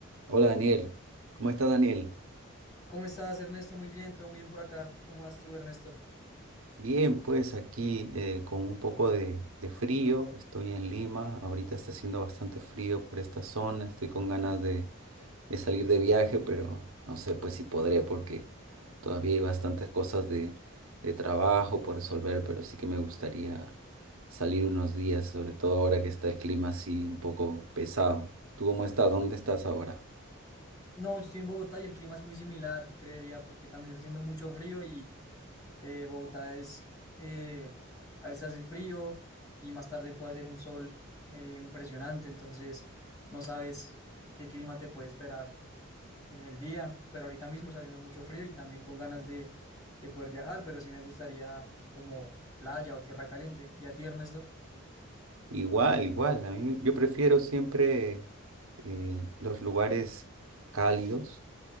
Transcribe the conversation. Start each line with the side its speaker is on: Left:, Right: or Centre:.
Right: Hola Daniel, ¿cómo estás Daniel?
Left: ¿Cómo estás, Ernesto? Muy bien, todo muy bien por acá. ¿Cómo vas tú, Ernesto?
Right: Bien, pues aquí eh, con un poco de, de frío, estoy en Lima, ahorita está haciendo bastante frío por esta zona, estoy con ganas de, de salir de viaje, pero no sé pues si podré porque todavía hay bastantes cosas de, de trabajo por resolver, pero sí que me gustaría salir unos días, sobre todo ahora que está el clima así un poco pesado. ¿Tú cómo estás? ¿Dónde estás ahora?
Left: No, yo estoy en Bogotá y el clima es muy similar, creería, porque también está haciendo mucho frío y eh, Bogotá es, eh, a veces hace frío y más tarde puede hacer un sol eh, impresionante, entonces no sabes qué clima te puede esperar en el día, pero ahorita mismo está haciendo mucho frío y también con ganas de, de poder viajar, pero sí me gustaría como playa o tierra caliente. ¿Y a ti, Ernesto?
Right: Igual, igual. A mí, yo prefiero siempre eh, los lugares cálidos,